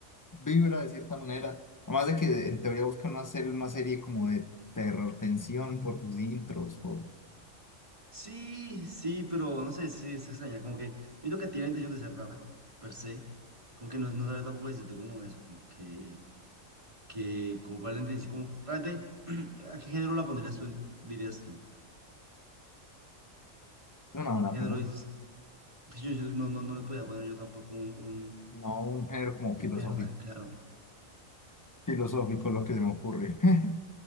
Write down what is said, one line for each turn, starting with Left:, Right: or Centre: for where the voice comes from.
Left: vibra de cierta manera, además de que en teoría buscan hacer una serie como de terror, tensión por sus intros, por...
Right: Sí, sí, pero no sé, sí, es extraña. Como que yo creo que tiene la intención de ser rara, per se. Como que no, no sabe tampoco decirte como eso, como que, que como cuál es la intención, sí, como realmente, <clears throat> ¿a qué género la pondrías tú, en- dirías tú?
Left: Es una buena
Right: ¿Qué género
Left: pregunta,
Right: dices? Que Yo, yo no, no, no le podía poner yo tampoco un, un,
Left: no un género como
Right: un
Left: filosófico,
Right: género tan claro.
Left: filosófico lo que se me ocurre. <laughs>